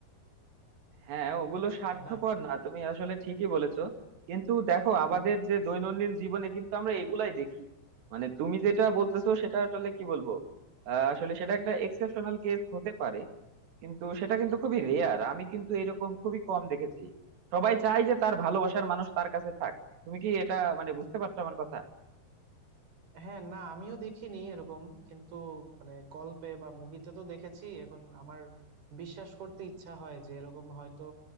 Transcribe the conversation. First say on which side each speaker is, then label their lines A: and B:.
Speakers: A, on the right; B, on the right.
A: হ্যাঁ ওগুলো স্বার্থপর
B: তাই না
A: না তুমি আসলে ঠিকই বলেছো কিন্তু দেখো আমাদের যে দৈনন্দিন জীবনে কিন্তু আমরা এগুলাই দেখি মানে তুমি যেটা বলতেছো সেটা আসলে কি বলবো আহ, আসলে সেটা একটা এক্সেপশনাল কেস হতে পারে কিন্তু সেটা কিন্তু খুবই রেয়ার আমি কিন্তু এরকম খুবই কম দেখেছি সবাই চায় যে তার ভালোবাসার মানুষ তার কাছে থাক তুমি কি এটা মানে বুঝতে পারছো আমার কথা
B: হ্যাঁ না আমিও দেখিনি এরকম কিন্তু মানে গল্পে বা মুভিতে তো দেখেছি এখন আমার বিশ্বাস করতে ইচ্ছা হয় যে এরকম হয়তো